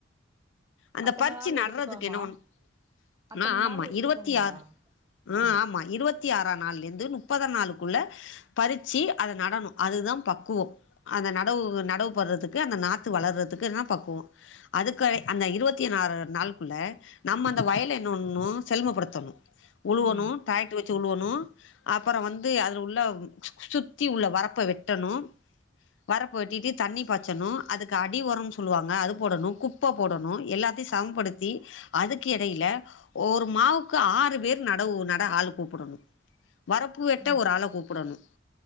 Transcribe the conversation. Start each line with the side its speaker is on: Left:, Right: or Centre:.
Left: அந்த
Right: அத்தன
Left: பறிச்சி
Right: நாள்
Left: நட்றதுக்கு
Right: எடுத்துக்கோமா
Left: என்ன ஒண்ணு
Right: அத்தன
Left: நா ஆமா
Right: நாள் எடுத்துக்குங்களா
Left: இருவத்தி ஆறு ஆ
Right: ம்
Left: ஆமா இருவத் த்தி ஆறான் நாள்ளேந்து நுப்பதா நாளுக்குள்ள பறிச்சி அத நடனு அதுதான் பக்குவொம் அந்த நடவு நடவு போட்றதுக்கு அந்த நாத்து வளர்றதுக்கு என்னா பக்குவோ அதுக்கய் அந்த இருவத்தி நார் நாள் குள்ள நம்ம அந்த வயல என்னபன்னு செல்மப்படுத்தணு உழுவனு
Right: ம்
Left: தாக் சுழுவணு அப்பற வந்து அதுல உள்ள சுத்தி உள்ள வரப்ப வெட்டணு வரப்பு வெட்டிட்டு தண்ணி பாச்சணு அதுக்கு அடி ஒரன் சொல்லுவாங்க அது போடணு கு ப்ப போடணு எல்லாத்தையு சமம்படுத்தி அதுக்கு எடையில ஓர் மாவுக்கு ஆறு பேர் நடவு நட ஆள் கூ புடணு வரப்பு வெட்ட
Right: ம்
Left: ஒரு ஆள கூப்புடணு